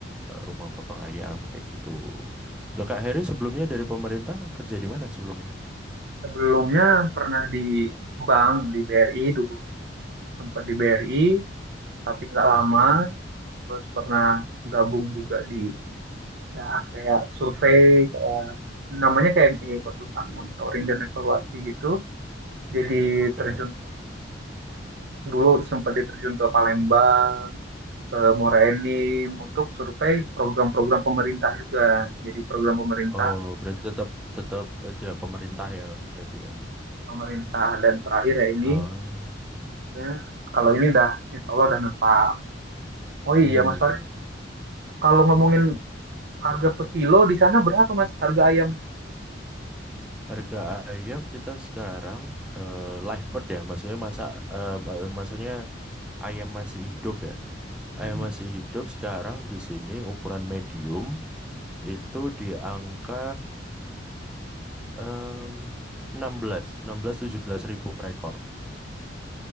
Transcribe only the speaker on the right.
Sebelumnya pernah di bank di BRI dulu sempat di BRI tapi nggak lama
terus pernah gabung juga di ya kayak survei kayak namanya kayak eh, konsultan monitoring dan evaluasi gitu. Jadi
terjun dulu sempat diterjun ke Palembang, ke Muara Enim untuk survei program-program pemerintah juga. Jadi program pemerintah
pemerintah dan terakhir ya ini
Ya, kalau ini dah insya Allah udah menetap. Oh
iya Mas Farid, kalau ngomongin harga per kilo di sana berapa Mas harga ayam?
Mm-mm.